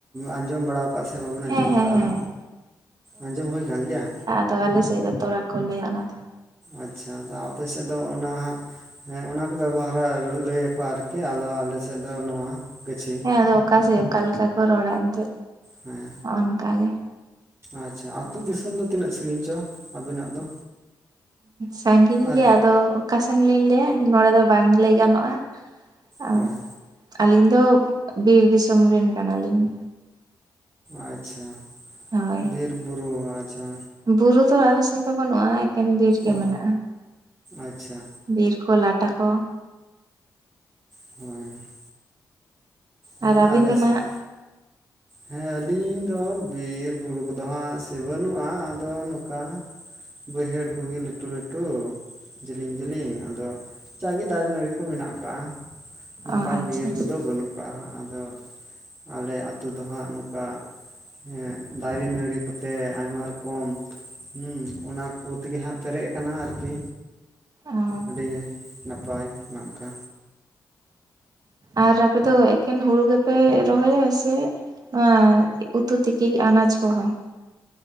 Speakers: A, on the right; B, on the right.
A: ᱟᱸᱡᱚᱢ ᱵᱟᱲᱟ ᱠᱟᱜ ᱥᱮ ᱵᱟᱵᱮᱱ ᱟᱸᱡᱚᱢ
B: ᱦᱮᱸ ᱦᱮᱸ
A: ᱠᱟᱜ-ᱟ,
B: ᱦᱮᱸ
A: ᱟᱸᱡᱚᱢ ᱦᱩᱭ ᱠᱟᱱ ᱜᱮᱭᱟ?
B: ᱛᱚ ᱟᱞᱮᱥᱮᱫ ᱫᱚ ᱛᱚᱲᱟ ᱠᱚ ᱞᱟᱹᱭᱟ ᱚᱱᱟ ᱫᱚ᱾
A: ᱟᱪᱪᱷᱟ ᱫᱚ ᱟᱯᱮ ᱥᱮᱫ ᱫᱚ ᱚᱱᱟ ᱦᱟᱸᱜ ᱦᱮᱸ ᱚᱱᱟ ᱠᱚ ᱵᱮᱵᱚᱦᱟᱨᱟ ᱞᱟᱹᱭ ᱟᱠᱚ ᱟᱨᱠᱤ, ᱟᱞᱚ ᱟᱞᱮ ᱥᱮᱫ ᱫᱚ ᱱᱚᱣᱟ ᱜᱟᱹᱪᱷᱤ
B: ᱦᱮᱸ ᱟᱫᱚ ᱚᱠᱟ ᱥᱮᱫ ᱚᱠᱟ ᱞᱮᱠᱟ ᱠᱚ ᱨᱚᱲᱟ ᱮᱱᱛᱮ,
A: ᱦᱮᱸ
B: ᱚᱱᱠᱟᱜ ᱜᱮ
A: ᱟᱪᱪᱷᱟ ᱟᱹᱛᱩ ᱫᱤᱥᱚᱢ ᱫᱚ ᱛᱤᱱᱟᱹᱜ ᱥᱟᱺᱜᱤᱧ ᱪᱚ ᱟᱵᱤᱱᱟᱜ ᱫᱚ?
B: ᱥᱟᱺᱜᱤᱧ
A: ᱟᱨ
B: ᱜᱮᱭᱟ ᱟᱫᱚ ᱚᱠᱟ ᱥᱮᱱ ᱞᱤᱧ ᱞᱟᱹᱭᱟ ᱱᱚᱰᱮ ᱫᱚ ᱵᱟᱝ ᱞᱟᱹᱭ ᱜᱟᱱᱚᱜᱼᱟ᱾ ᱟᱸ
A: ᱦᱳᱭ
B: ᱟᱹᱞᱤᱧ ᱫᱚ ᱵᱤᱨ ᱫᱤᱥᱚᱢ ᱨᱤᱱ ᱠᱟᱱᱟᱞᱤᱧ᱾
A: ᱟᱪᱪᱷᱟ
B: ᱦᱳᱭ
A: ᱵᱤᱨ ᱵᱩᱨᱩ ᱟᱪᱷᱟ᱾
B: ᱵᱩᱨᱩ ᱫᱚ ᱟᱞᱮ ᱥᱮᱱ ᱫᱚ ᱵᱟᱹᱱᱩᱜᱼᱟ ᱮᱠᱮᱱ ᱵᱤᱨ ᱜᱮ
A: ᱚ
B: ᱢᱮᱱᱟᱜᱼᱟ᱾
A: ᱟᱪᱪᱷᱟ
B: ᱵᱤᱨ ᱠᱚ ᱞᱟᱴᱟ ᱠᱚ,
A: <inaudible> ᱦᱳᱭ
B: ᱟᱨ ᱟᱹᱵᱤᱱ
A: ᱟᱞᱮ
B: ᱫᱚ ᱱᱟᱸᱦᱟᱜ
A: ᱥᱮᱫ ᱦᱮᱸ ᱟᱹᱞᱤᱧ ᱫᱚ ᱵᱤᱨᱵᱩᱨᱩ ᱠᱚᱫᱚ ᱦᱟᱸᱜ ᱥᱮ ᱵᱟᱹᱱᱩᱜᱼᱟ ᱟᱫᱚ ᱱᱚᱠᱟ ᱵᱟᱹᱭᱦᱟᱹᱲ ᱠᱚᱜᱮ ᱞᱟᱹᱴᱩ ᱞᱟᱹᱴᱩ, ᱡᱤᱞᱤᱝ ᱡᱤᱞᱤᱝ ᱟᱫᱚ ᱪᱟᱭ ᱜᱮ ᱫᱟᱨᱮ ᱱᱟᱹᱲᱤ ᱠᱚ ᱢᱮᱱᱟᱜ ᱟᱠᱟᱜᱼᱟ ᱚᱱᱠᱟ
B: ᱚ ᱟᱪᱪᱷᱟ
A: ᱵᱤᱨ
B: ᱟᱪᱪᱷᱟ
A: ᱠᱚᱫᱚ ᱵᱟᱹᱱᱩᱜ ᱠᱟᱜ ᱦᱟᱸᱜ ᱟᱫᱚ ᱟᱞᱮ ᱟᱛᱩ ᱫᱚ ᱦᱟᱸᱜ ᱱᱚᱠᱟ ᱮᱸ ᱫᱟᱨᱮ ᱱᱟᱹᱲᱤ ᱠᱚᱛᱮ ᱟᱭᱢᱟ ᱨᱚᱠᱚᱢ ᱦᱩᱸ ᱚᱱᱟ ᱠᱚ ᱛᱮᱜᱮ ᱦᱟᱸᱜ ᱯᱮᱨᱮᱡ ᱟᱠᱟᱱᱟ ᱟᱨᱠᱤ
B: ᱚ
A: ᱟᱹᱰᱤ ᱱᱟᱯᱟᱭ ᱱᱚᱝᱠᱟ
B: ᱟᱨ ᱟᱯᱮ ᱫᱚ ᱮᱠᱷᱮᱱ ᱦᱩᱲᱩ ᱜᱮᱯᱮ ᱨᱚᱦᱚᱭᱟ ᱥᱮ <inaudible> ᱩᱛᱩ ᱛᱤᱠᱤ ᱟᱱᱟᱡ ᱠᱚᱦᱚᱸ